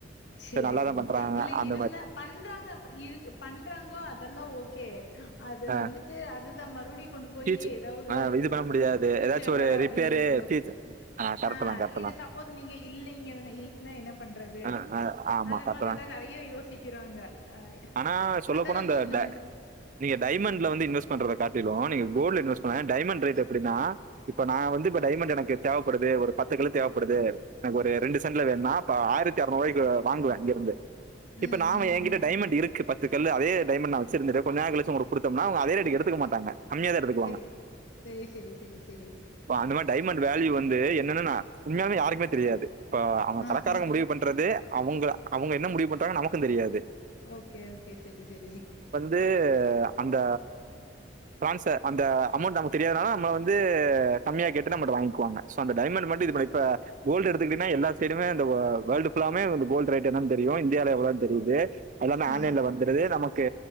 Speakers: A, on the left; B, on the right.
A: சேரி
B: சரி நல்லா
A: சேரி
B: தான் பண்றாங்க
A: இல்ல
B: அந்த
A: இருந்தா
B: மாரி.
A: பண்றாங்க இருக் பண்றாங்கோ அதெல்லா ஓகே அது
B: ஆ
A: வந்துட்டு அது தா மருவுடி கொண்டு போயி
B: ஃபீச்
A: ஏதாவுது
B: ஆ இது பண்ண முடியாது.
A: பியூச்சர்ல
B: ஏதாச்சும் ஒரு
A: அப்டிங்க
B: ரிப்பேரு
A: போ
B: ஃபீச் கரெக்ட்டு
A: ஆ
B: தான் கரெக்ட்டு
A: இது
B: தான்.
A: சப்போஸ் நீங்க இல்லிங்க இல்லன்னா என்ன பண்றது
B: அ ஆமா
A: அத
B: கரட்டுதா
A: மாரில்லா நெறைய யோசிக்கிறாங்க அ
B: ஆனா சொல்ல
A: அதா
B: போனா
A: நா
B: இந்த
A: சொன்னே
B: ட நீங்க டைமண்ட்ல வந்து இன்வெஸ் பண்றத காட்டிலு நீங்க கோல்டுல இன்வெஸ் பண்ணுங்க டைமண்ட் ரேட் எப்டினா இப்ப நா வந்து இப்ப டைமண்ட் எனக்கு தேவைப்படுது ஒரு பத்து கிலோ தேவைப்படுது எனக்கு ஒரு ரெண்டு சென்ட் வேணுனா ப ஆயிரத்தி ஆறநூறுவாய்க்கு வாங்குவேன் இங்கிருந்து இப்ப
A: ம்
B: நாம
A: ம்
B: என்கிட்ட
A: ம்
B: டைமண்ட் இருக் கு பத்து கல்லு அதே டைமண்ட் நா வச்சிருந்துட்டு கொஞ்ச நேரங் கழிச்சு உங்கள்ட குடுத்தோம் அவங்க அதே ரேட்டுக்கு எடுத்துக்க மார்னிங் மாட்டாங்க கம்மியா தா எடுத்துக்குவாங்க
A: சேரி செரி செரி செரி செரி
B: இப்ப அந்த மாரி டைமண்ட் வேல்யூ வந்து என்னன்னா உண்மையாவே யாருக்குமே தெரியாது இப்போ அவுங்க கடக்காரங்க
A: ஆஹா
B: முடிவு பண்றது அவுங்க அவுங்க என்ன முடிவு பண்றாங்க நமக்கும் தெரியாது
A: ஓகே ஓகே சரி சரி
B: து அந்த டிரான்ஸ அந்த அமௌண்ட் நமக்கு தெரியாதனால நம்ம வந்து கம்மியா கேட்டு நம்மள்ட வாங்கிக்குவாங்க சோ அந்த டைமண்ட் மட்டும் இது பண்ணு இப்ப கோல்டு எடுத்துக்கிட்டன்னா எல்லா சைடுமே இந்த வ வேல்டு ஃபுல்லாவுமே இந்த கோல் ரேட் என்னானு தெரியும் இந்தியால எவ்ளோ தெரியுது எல்லாமே
A: ஆ
B: ஆன் லைன்ல வந்துருது நம்ம க்கு